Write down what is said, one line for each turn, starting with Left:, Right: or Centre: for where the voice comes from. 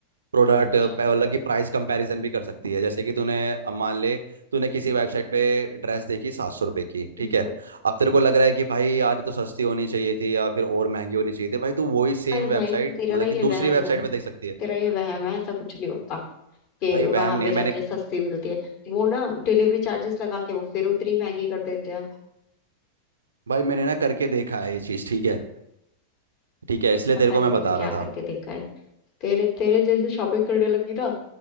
Right: प्रोडक्ट
Left: अच्छा
Right: अलग की प्राइस कंपैरिजन भी कर सकती है जैसे कि तूने अब मान ले तूने किसी वेबसाइट पे ड्रेस देखी सात सौ रुपए की ठीक
Left: हम्म।
Right: है अब तेरे को लग रहा है कि भाई यार ये तो सस्ती होनी चाहिए थी या फिर और महंगी होनी चाहिए थी भाई तू वही सेम
Left: अरे
Right: वेबसाइट
Left: भाई तेरा
Right: मतलब
Left: ना ये
Right: कि दूसरी
Left: वहम
Right: वेबसाइट
Left: है
Right: पे देख सकती है
Left: तेरा ये वहम है ऐसा कुछ नहीं होता कि
Right: भाई
Left: वहां
Right: वहम नहीं
Left: पे
Right: है
Left: जाके
Right: मैंने
Left: सस्ती मिलती है वो ना डिलीवरी चार्जेस लगा के वो फिर उतनी महंगी कर देते हैं
Right: भाई मैंने ना करके देखा है ये चीज़ ठीक है ठीक है इसलिए
Left: पता
Right: तेरे को
Left: नहीं
Right: मैं
Left: तूने
Right: बता
Left: क्या
Right: रहा था
Left: करके देखा है तेरे तेरे जैसे शॉपिंग करने लगी ना